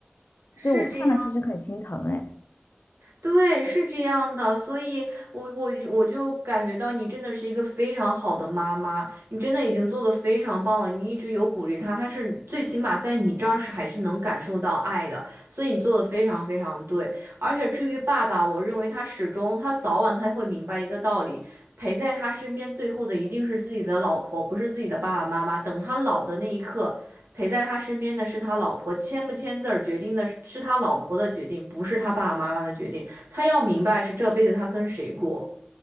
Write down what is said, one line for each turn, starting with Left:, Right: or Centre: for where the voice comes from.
Right: 是这样。
Left: 所以我看了其实很心疼哎，
Right: 对，是这样的，所以我我我就感觉到你真的是一个非常好的妈妈，你真的已经做的非常棒了，你一直有鼓励他，他是最起码在你这儿是还是能感受到爱的，所以你做的非常非常对。而且至于爸爸，我认为他始终他早晚他会明白一个道理，陪在他身边最后的一定是自己的老婆，不是自己的爸爸妈妈。等他老的那一刻。陪在他身边的是他老婆，签不签字儿决定的是是他老婆的决定，不是他爸爸妈妈的决定。他要明白是这辈子他跟谁过。